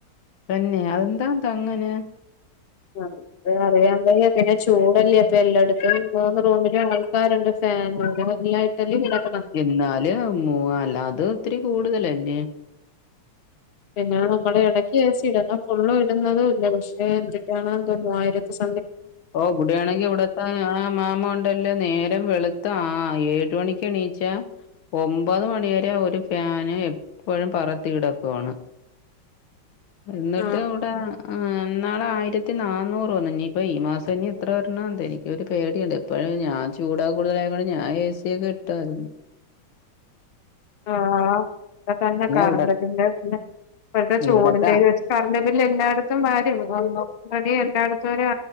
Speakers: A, on the left (about 75°); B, on the left (about 40°).
A: തന്നെ അതെന്താ ന്താ അങ്ങനെ?
B: അ അത് അറിയാവയ്യ പിന്നെ ചൂടല്ലേ അപ്പ എല്ലാടത്തും മൂന്ന് റൂമിലും ആൾക്കാരോണ്ട് ഫാ ഫാനൂടെ <unintelligible>
A: എന്നാല് മൂവാ അല്ലാ അത് ഒത്തിരി കൂടുതലല്ലെ
B: പിന്നെ നമ്മള് എടക്കേച്ച് ഇടുന്ന ഫുള്ളും ഇടുന്നതുംല്ല പക്ഷെ എഞ്ചിട്ടാണ് എന്തോ മൂവായിരത്തി സം
A: ഓ ഇവിടെയാണെങ്കി ഇവിടെത്തെ ആ മാമ ഒണ്ടല്ലന്നെ നേ രം വെളുത്ത് ആ ഏഴ്മണിക്കേണീച്ച ഒമ്പത് മണി വരെ ഒരു ഫാന് എപ്പഴും പറത്തി ഇടക്കവാണ് എന്നിട്ട്
B: ഇരുപത്തിനാല്
A: ഇവിടെ ആ എന്നാള ആയിരത്തി നന്നൂറ് വന്ന ഇനിയിപ്പൾ ഈ മാസം ഇനി എത്ര വരണ എന്ത എനിക്കൊരു പേടിയുണ്ട് എപ്പോഴും ഞാൻ ചൂടാ കൂടുതലായ കൊണ്ട് ഞാൻ എഏ സിയൊക്കെ കിട്ടായിരുന്നു
B: ആ അ തന്നെ കറണ്ട്
A: ഇവിടെ
B: ബില്ല് പിന്നെ ഇഴത്തെ ചൂടിന്റെയ്ത്
A: ഇവിടത്തെ
B: വെച്ച് കറണ്ട് ബില്ല് എല്ലായിടും വരുംടി എണ്ടായിടത്തരു